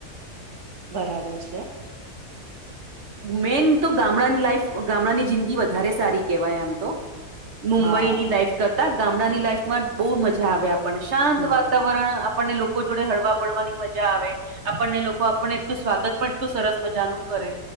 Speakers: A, on the right (about 75°); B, on the right (about 50°).
A: બરાબર છે.
B: મેઈન તો ગામડાની લાઈફ ગામડાની જિંદગી વધારે સારી કેહેવાય આમ તો મુંબઈ
A: હા
B: ની લાઈફ કરતા ગામડાની લાઈફમાં બહુ મજા આવે પણ શાંત
A: હમ
B: વાતાવરણ આપણને લોક લોકો જોડે હળવા પડવાની મજા આવે આપણને લોકો આપણને એટલું સ્વાગત પણું સરસ મજાનું કરે